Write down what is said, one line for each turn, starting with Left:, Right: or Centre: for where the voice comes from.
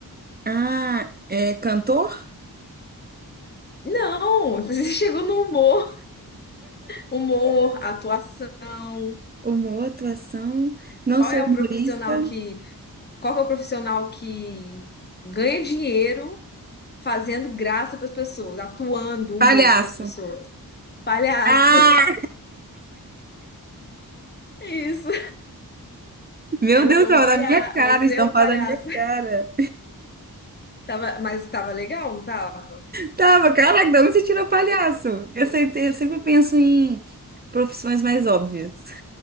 Right: Ah, é cantor?
Left: Não, você <laughs> chegou no humor, humor, atuação.
Right: Humor, atuação. Não
Left: Qual
Right: sou
Left: é
Right: humorista.
Left: o profissional que, qual que é o profissional que ganha dinheiro fazendo graça para as pessoas, atuando humor
Right: Palhaço.
Left: para as pessoas? Palhaço.
Right: Ah,
Left: <laughs> Isso.
Right: meu
Left: Eu
Right: Deus,
Left: sou
Right: tava
Left: um palhaço,
Right: na minha cara,
Left: você
Right: estampado
Left: é um palhaço.
Right: na minha cara.
Left: Tava, mas tava legal, não tava?
Right: Tava, caraca, de onde você tirou palhaço? Eu sei, eu sempre penso em profissões mais óbvias.